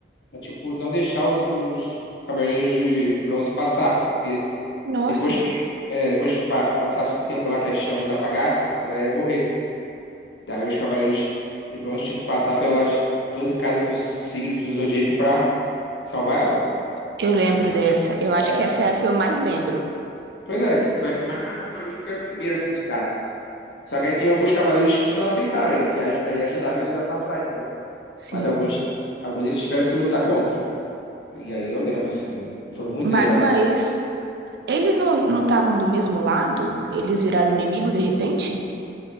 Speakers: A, on the left (about 75°); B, on the right (about 60°).
A: a, tipo, não deixar os, os cavaleiros de bronze passar, porque
B: Nossa,
A: depois que, é, depois que pa- passasse um tempo lá que as chamas apagassem, ela ia morrer. Daí os cavaleiros de bronze tinham que passar pelas 12 casas dos signos do zodíaco para salvar ela.
B: eu lembro
A: Só
B: dessa.
A: que,
B: Eu acho
A: é,
B: que
A: só
B: essa
A: que-
B: é a que eu mais lembro.
A: Pois é, foi a que mais marcou pra mim, foi a primeira, assim, de cara. Só que aí tinha alguns cavaleiros que não aceitaram, aí que aj- aí ajudaram eles a passar, entendeu?
B: Sim.
A: Mas alguns, alguns eles tiveram que lutar contra. E aí eu lembro, assim, foi muito
B: Mas,
A: legal
B: mas
A: essa. essa-
B: eles não não estavam do mesmo lado? Eles viraram inimigo de repente?